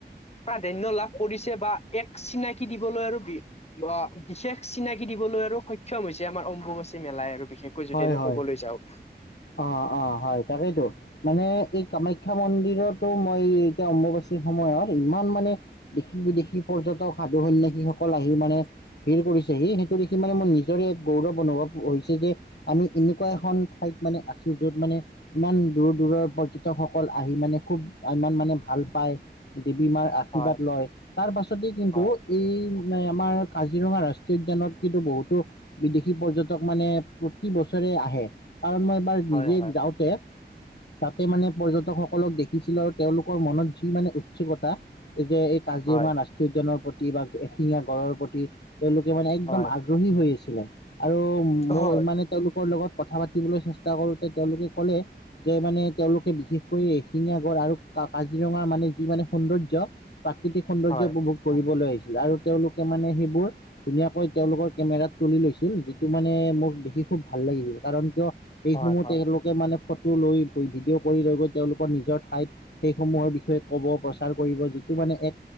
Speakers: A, on the left; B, on the left.
A: প্ৰাধান্য লাভ কৰিছে বা এক চিনাকি দিবলৈ আৰু বি বা বিশেষ চিনাকি দিবলৈ আৰু সক্ষম হৈছে আমাৰ অম্বুবাচী মেলাই আৰু বিশেষ কৈ যদি
B: হয়
A: আমি
B: হয়
A: ক'বলৈ যাওঁ।
B: অ', অ', হয়, তাকেইতো। মানে এই কামাখ্যা মন্দিৰতো মই এতিয়া অম্বুবাচীৰ সময়ত ইমান মানে দেশী-বিদেশী পৰ্যটক সাধু সন্যাসী সকল আহি মানে ভিৰ কৰিছে হি, সেইটো দেখি মানে মোৰ নিজৰে এক গৌৰৱ অনুভৱ হৈছে যে আমি এনেকুৱা এখন ঠাইত মানে আছো, য'ত মানে ইমান দূৰ দূৰৰ পৰ্যটকসকল আহি মানে খুব ইমান মানে ভাল পায়। দেৱী মাৰ আশীৰ্বাদ
A: হয়
B: লয়, তাৰ পাছতেই কিন্তু
A: হয়
B: এই আমাৰ কাজিৰঙা ৰাষ্ট্ৰীয় উদ্যানত কিন্তু বহুতো বিদেশী পৰ্যটক মানে প্ৰতি বছৰে আহে, কাৰণ মই এবাৰ নিজে
A: হয় হয়
B: যাওঁতে তাতে মানে পৰ্যটকসকলক দেখিছিলো আৰু তেওঁলোকৰ মনত সি মানে উৎসুকতা এই যে এই কাজিৰঙা
A: হয়
B: ৰাষ্ট্ৰীয় উদ্যানৰ প্ৰতি বা এশিঙীয়া গড়ৰ প্ৰতি। তেওঁলোকে মানে একদম
A: হয়
B: আগ্ৰহী হৈ আছিলে আৰু মই
A: হয়
B: মানে তেওঁলোকৰ লগত কথা পাতিবলৈ চেষ্টা কৰোতে তেওঁলোকে ক'লে। যে মানে তেওঁলোকে বিশেষকৈ এশিঙীয়াাগড় আৰু কাজিৰঙা মানে যি মানে সৌন্দৰ্য। প্ৰাকৃতিক সৌন্দৰ্য
A: হয়
B: উপভোগ কৰিবলৈ আহিছিল আৰু তেওঁলোকে মানে সেইবোৰ ধুনীয়াকৈ তেওঁলোকৰ কেমেৰাত তুলি লৈছিল যিটো মানে মোক দেখি খুব ভাল লাগিল, কাৰণ কিয় এইসমূহ
A: হয় হয়
B: তেওঁলোক কে মানে ফটো লৈ ভিডিঅ' কৰি লৈ গৈ তেওঁলোকৰ নিজৰ ঠাইত সেই সমূহৰ বিষয়ে ক'ব প্ৰচাৰ কৰিব। যিটো মানে এক